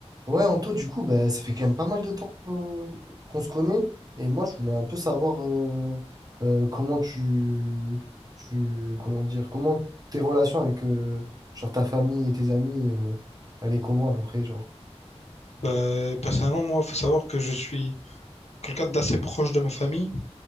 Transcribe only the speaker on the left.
Bah, personnellement, moi, faut savoir que je suis quelqu'un d'assez proche de ma famille.